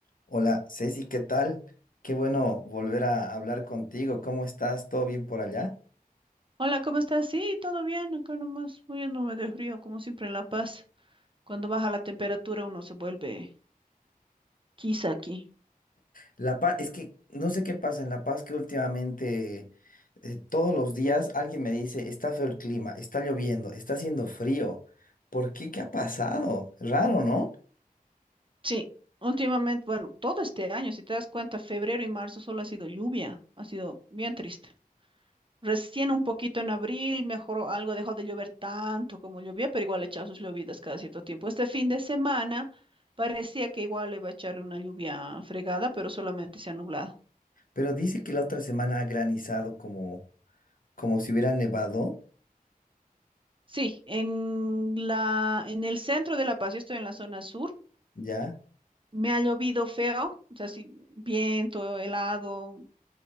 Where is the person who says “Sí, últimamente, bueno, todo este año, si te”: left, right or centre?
Right